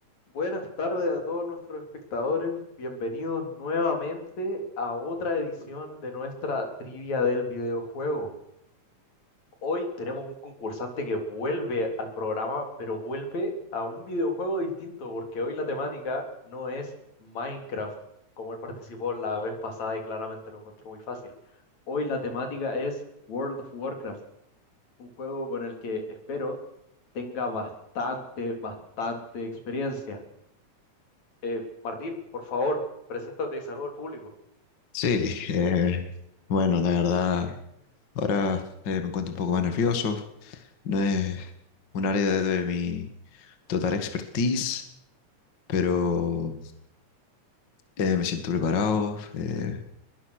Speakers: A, on the left; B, on the left.
A: Buenas tardes a todos nuestros espectadores, bienvenidos nuevamente a otra edición de nuestra trivia del videojuego. Hoy tenemos un concursante que vuelve al programa, pero vuelve a un videojuego distinto, porque hoy la temática no es Minecraft, como él participó la vez pasada y claramente lo encontró muy fácil. Hoy la temática es World of Warcraft, un juego con el que espero tenga bastante, bastante experiencia. Eh, Martín, por favor, preséntate y saluda al público.
B: Sí, eh, bueno, la verdad, ahora eh, me encuentro un poco más nervioso. No es un área de, de mi total expertise, pero eh, me siento preparado. eh,